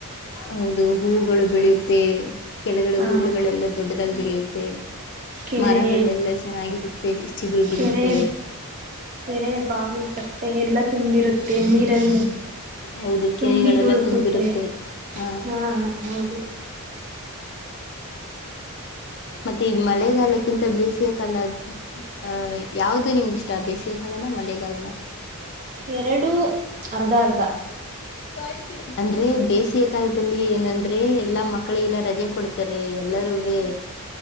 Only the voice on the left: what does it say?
ಹೌದು ಹೂಗಳು ಬೆಳೆಯುತ್ತೆ ಕೆಳ್ಗಡೆ
ಹುಲ್ಲುಗಳೆಲ್ಲ ದೊಡ್ಡದಾಗಿ ಬೆಳೆಯುತ್ತೆ
ಮರಗಳೆಲ್ಲ ಚೆನ್ನಾಗಿರುತ್ತೆ ಚಿಗುರು
ಬಿಡುತ್ತೆ
ಹೌದು
ಕೆರೆಗಳೆಲ್ಲ
ತುಂಬಿರುತ್ತೆ ಆ
ಮತ್ತೆ ಈ ಮಳೆಗಾಲಕ್ಕಿಂತ ಬೇಸಿಗೆ ಕಾಲ ಹ ಯಾವ್ದು ನಿಮ್ಗ ಇಷ್ಟ ಬೇಸಿಗೆ ಕಾಲನ ಮಳೆಗಾಲನ
<unintelligible> ಅಂದ್ರೆ ಬೇಸಿಗೆ ಕಾಲದಲ್ಲಿ ಏನಂದ್ರೆ ಎಲ್ಲಾ ಮಕ್ಕಳಿಗೆಲ್ಲ ರಜೆ ಕೊಡ್ತಾರೆ ಎಲ್ಲರುವೆ